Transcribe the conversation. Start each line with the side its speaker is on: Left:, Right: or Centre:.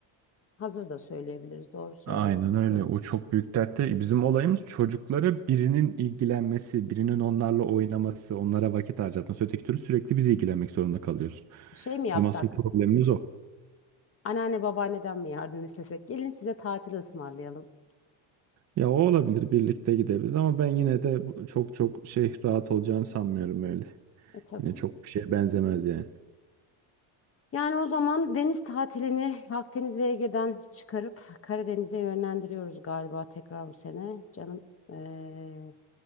Left: hazır da söyleyebiliriz. Doğru söylüyorsun.
Right: Aynen öyle o çok büyük dert değil. Bizim olayımız çocuklara birinin ilgilenmesi, birinin onlarla oynaması, onlara vakit harcatması. Öteki türlü sürekli biz ilgilenmek zorunda kalıyoruz.
Left: Şey mi yapsak?
Right: Bizim asıl problemimiz o.
Left: Anneanne babaanneden mi yardım istesek? Gelin size tatil ısmarlayalım.
Right: Ya o olabilir birlikte gidebiliriz ama ben yine de bu- çok çok şey rahat olacağını sanmıyorum öyle.
Left: E tabii.
Right: Yine çok bir şeye benzemez yani.
Left: Yani o zaman deniz tatilini Akdeniz ve Ege'den çıkarıp Karadeniz'e yönlendiriyoruz galiba tekrar bu sene. Canım eee,